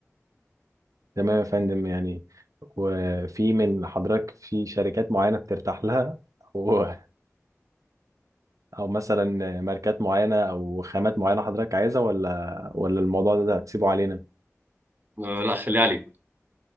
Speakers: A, on the right; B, on the right.
A: تمام يا فندم يعني وفي من حضرتك في شركات معينة بترتاح لها أو <laughs> أو مثلا ماركات معينة أو خامات معينة حضرتك عايزها ولا ولا الموضوع ده ده هتسيبه علينا
B: آه، لا خليها عليكم